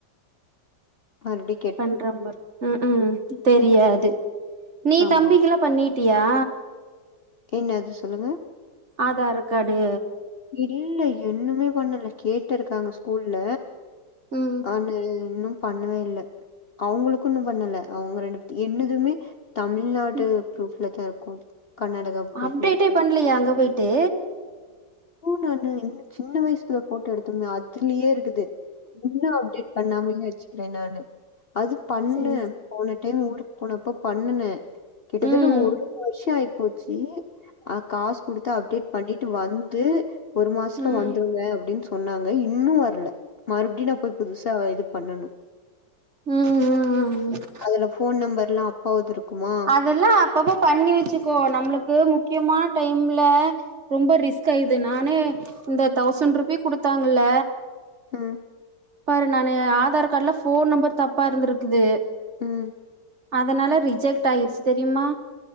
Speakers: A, on the left; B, on the right.
A: மறுடி
B: பண்ற மார் ம் ம் தெரியாது நீ
A: ஆமா
B: தம்பிகள பண்ணிட்டியா
A: என்ன அது சொல்லுங்க
B: ஆதார் காடு
A: இல்ல என்னும்மே பண்ணல கேட்டருக்காங்க ஸ்கூல்ல
B: ம்
A: ஆன்னு இன்னு பண்ணவே இல்ல அவங்களுக்கு இன்னு பண்ணல அவங்க ரெண் என்னுதுமே தமிழ்நாடு
B: ம்
A: ப்ரூஃப்ல தா இருக்கு கர்நாடகா ப்ரூஃப்ல
B: அப்டேட்டே
A: இருக்காது
B: பண்ணலையா அங்க போயிட்டு
A: போ நான்னு என் சின்ன வயசுல போட்டோ எடுத்துருந்த அதுலயே இருக்குது இன்னு அப்டேட் பண்ணாமயே வச்சுக்கிற நானு அது பண்ணு
B: சேரி
A: போன டைம் ஊருக் போனப்ப பண்ணுன கிட்டத்தட்ட
B: ம்
A: ஒரு வருஷோ ஆய் போச்சி அ காசு குடுத்து அப்டேட் பண்ணிட்டு வந்து ஒரு மாசத்ல
B: ம்
A: வந்துருங்க அப்டின்னு சொன்னாங்க இன்னு வர்ல மறுபடி நா போ புதுசா இது பண்ணணு
B: ம் ம் ம்
A: அதுல ஃபோன் நம்பர்லா போதுருக்குமா
B: அதெல்லா அப்பப்ப பண்ணி வச்சுக்கோ நம்ளுக்கு முக்கியமா டைம்ல ரொம்ப ரிஸ்க இது நானே இந்த தௌசண் ருபி குடுத்தாங்கல்ல
A: ம்
B: பாரு நானு ஆதார் காடுல ஃபோன் நம்பர் தப்பா இருந்துருக்குது
A: ம்
B: அதனால ரிஜெக்ட் ஆய்ருச்சி தெரிமா